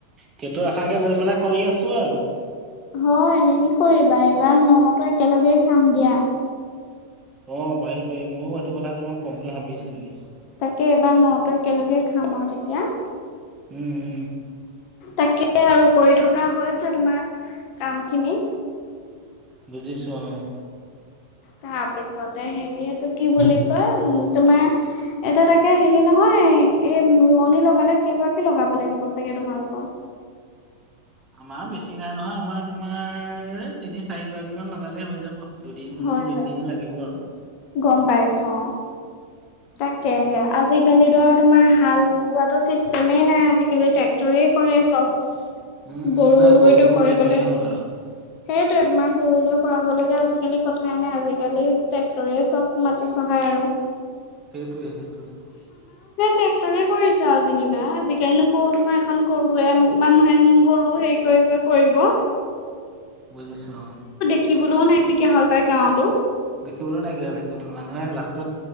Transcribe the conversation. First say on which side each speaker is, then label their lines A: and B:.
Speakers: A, on the right; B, on the left.
A: সেইটো আশাকে লৈ পেলাই কৰি আছো আৰু
B: হয় হেৰি কৰিবা এই এবাৰ নতো একেলগেই খাম দিয়া।
A: অ', পাৰি পাৰি ময়ো সেইটো কথা তোমাক ক'ম বুলি ভাবিছিলোৱেই।
B: তাকে এইবাৰ ন ত একেলগে খাম আৰু তেতিয়া।
A: উম, উম,
B: তাকে আৰু কৰি থকা হৈছে তোমাৰ কাম খিনি
A: বুজিছোঁ অ',
B: তাৰ পিছতে হেৰি এইটো কি বুলি কয় উম, তোমাৰ এটা তাকে হেৰি নহয় এই ৰোৱনী লগালে কেইগৰাকী লগাব লাগিব চাগে তোমালোকৰ?
A: আমাৰ বেছি নাই নহয়, আমাৰ তোমাৰ তিনি চাৰিগৰাকী মান লগালেই হৈ যাব। দুদিন
B: হয়
A: তিনিদিন
B: যা
A: লাগিব আৰু।
B: গম পাইছো অ। তাকেহে আজি আজিকালি ধৰা তোমাৰ হাল বোৱা চিষ্টেমেই নাই আজিকালি ট্ৰেক্টৰেই কৰে চব।
A: উম উম
B: গৰু
A: নাই
B: লৈতো কৰিবলৈ
A: নাইকিয়াই হ'ল আৰু
B: সেইটোয়ে তোমাৰ গৰুলৈ কৰাব লগীয়া আজিকালি কথাই নাই আজিকালি ট্ৰেক্টৰে চব মাটি চব অ', হয় আৰু
A: সেইটোৱে সেইটোৱে
B: টেক্টৰে কৰিছা আৰু যেনিবা আজিকালিনো কওঁ তোমাৰ এখন গৰুৱে মানুহে নি গৰু হেৰি কৰিব
A: বুজিছোঁ
B: শিকিবলৈও নাইকিয়া হল পায় গাঁৱতো
A: দেখিবলৈ নাইকীয়া দেখিবলৈ মানুহে লাষ্টত